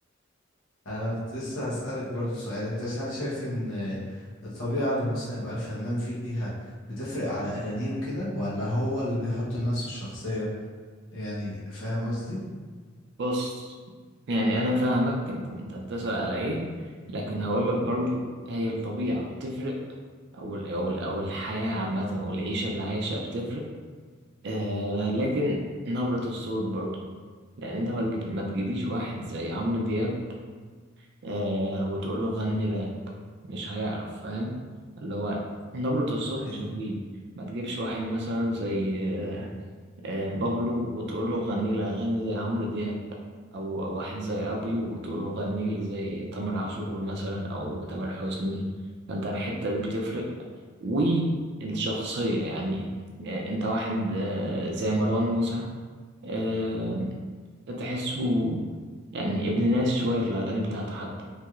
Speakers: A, on the left; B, on the right.
A: انا كنت لسه هسألك برضو سؤال انت هل شايف ان الطبيعة اللي مثلا يبقى الفنان فيها بتفرق على اغانيه وكده ولا هو اللي بيحط لنفسه الشخصية يعني فاهم قصدي
B: بص يعني أنا فاهمك أنت أنت بتسأل على إيه لكن هقولك برضو هي الطبيعة بتفرق أو ال- أو ال- أو الحياة عامة والعيشة اللي عايشها بتفرق آه لكن نبرة الصوت برضو يعني انت ما تجيب ما تجيليش واحد زي عمرو دياب آه وتقول له غني راب مش هيعرف فاهم اللي هو نبرة الصوت
A: ايوه
B: مش هتجيب ما تجيبش واحد مثلا زي آه آه بابلو وتقول له غني لي اغاني زي عمرو دياب او او واحد زي ابيو وتقول له غني لي زي تامر عاشور مثلا او تامر حسني فانت الحتة دي بتفرق والشخصية يعني آه انت واحد آه زي مروان موسى آه، تحسه يعني ابن ناس شوية في الأغاني بتاعته حتى